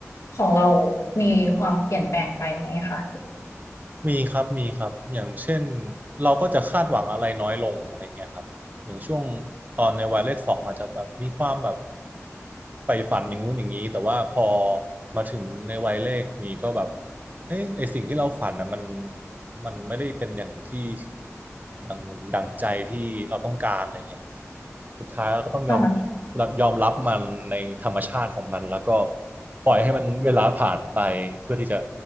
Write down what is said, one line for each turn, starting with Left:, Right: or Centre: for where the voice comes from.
Left: ของเรามีความเปลี่ยนแปลงไปไหมคะ
Right: มีครับมีครับอย่างเช่นเราก็จะคาดหวังอะไรน้อยลงอะไรเงี้ยครับอย่างช่วงตอนในวัยเลขสองอาจจะแบบมีความแบบใฝ่ฝันอย่างงู้นอย่างนี้แต่ว่าพอมาถึงในวัยเลขนี้ก็แบบเอ้ยไอสิ่งที่เราฝันนะมันมันไม่ได้เป็นอย่างที่ดังดังใจที่เราต้องการอะไรเงี้ยสุดท้ายเราก็ต้องยอม
Left: ค่ะ
Right: รับยอมรับมันในธรรมชาติของมันแล้วก็ปล่อยให้มันเวลาผ่านไปเพื่อที่จะ